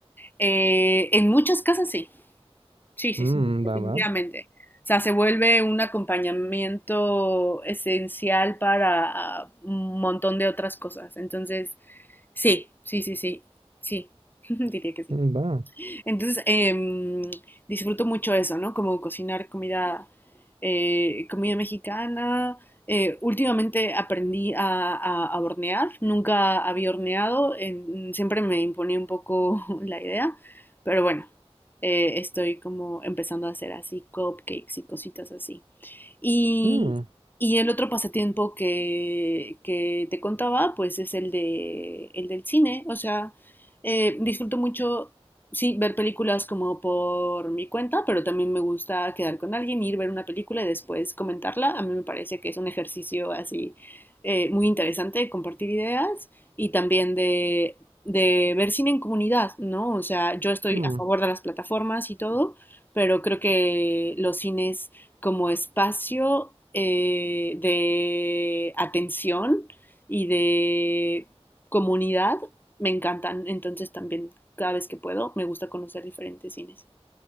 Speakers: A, on the left; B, on the right.
A: eh, en muchas casas sí. Sí, sí,
B: Mmm,
A: sí, definitivamente.
B: va, va,
A: O sea, se vuelve un acompañamiento esencial para ah, un montón de otras cosas. Entonces, sí, sí, sí, sí, sí, <laughs> diría que sí.
B: mm, va.
A: Entonces, eh, disfruto mucho eso, ¿no? Como cocinar comida, eh, comida mexicana. Eh, últimamente aprendí a, a- a hornear, nunca había horneado, en- siempre me imponía un poco <laughs> la idea, pero bueno, eh, estoy como empezando a hacer así cupcakes y cositas así. Y,
B: mm,
A: y el otro pasatiempo que, que te contaba, pues es el de, el del cine. O sea, eh, disfruto mucho, sí, ver películas como por mi cuenta, pero también me gusta quedar con alguien, ir a ver una película y después comentarla. A mí me parece que es un ejercicio así eh, muy interesante de compartir ideas y también de, de ver cine en comunidad, ¿no? O sea, yo estoy
B: mm.
A: a favor de las plataformas y todo, pero creo que los cines como espacio eh, de atención y de comunidad me encantan. Entonces también cada vez que puedo me gusta conocer diferentes cines.